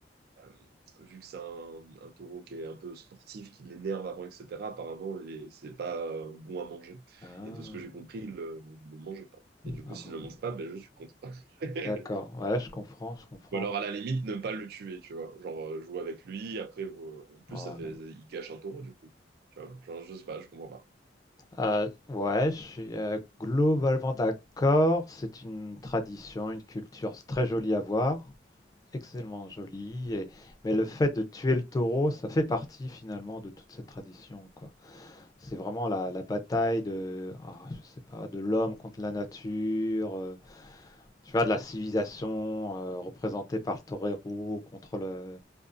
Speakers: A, on the right (about 55°); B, on the left (about 20°).
A: Euh, vu que c'est un, un taureau qui est un peu sportif, qui l'énerve avant, etc., apparemment, il est- c'est pas euh, bon à manger.
B: Ah,
A: Et de ce que j'ai compris, il le- ne le mangeait pas. Et du coup,
B: ah,
A: s'il ne le mange pas, ben, je suis contre. <laughs>
B: d'accord, ouais, je comprends, je comprends.
A: Ou alors, à la limite, ne pas le tuer, tu vois. Genre, euh, jouer avec lui, après, euh, en plus,
B: Ouais.
A: ça fait, il cache un taureau, du coup. Tu vois, genre, je sais pas, je comprends pas.
B: Euh, ouais, je suis euh, globalement d'accord. C'est une tradition, une culture c'est très jolie à voir, extrêmement jolie. Et... Mais le fait de tuer le taureau, ça fait partie finalement de toute cette tradition, quoi. C'est vraiment la, la bataille de, ah, je sais pas, de l'homme contre la nature, euh, tu vois, de la civilisation euh, représentée par le torero contre le-